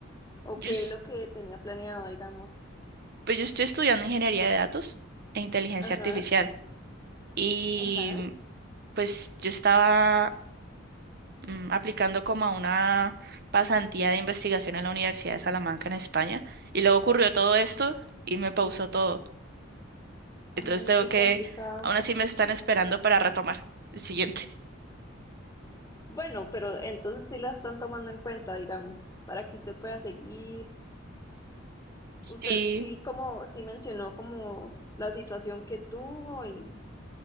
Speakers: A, on the left; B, on the right.
A: ¿O
B: Yo,
A: qué
B: es-
A: es lo que tenía planeado, digamos?
B: pues yo estoy estudiando ingeniería de datos e inteligencia
A: Ajá,
B: artificial. Y
A: ajá.
B: pues yo estaba mm, aplicando como a una pasantía de investigación en la Universidad de Salamanca en España. Y luego ocurrió todo esto y me pausó todo.
A: Ay,
B: Entonces tengo
A: qué
B: que,
A: complicado.
B: aún así me están esperando para retomar el siguiente.
A: Bueno, pero entonces sí la están tomando en cuenta, digamos, para que usted pueda seguir.
B: Sí.
A: Usted sí como sí mencionó como la situación que tuvo y,